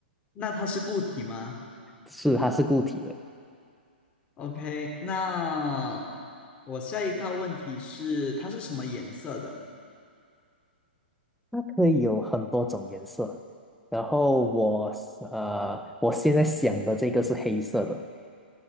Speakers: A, on the left (about 20°); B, in the centre.
A: 那它是固体吗？
B: 是它是固体的。
A: OK，那我下一道问题是，它是什么颜色的？
B: 它可以有很多种颜色。然后我呃，我现在想的这个是黑色的。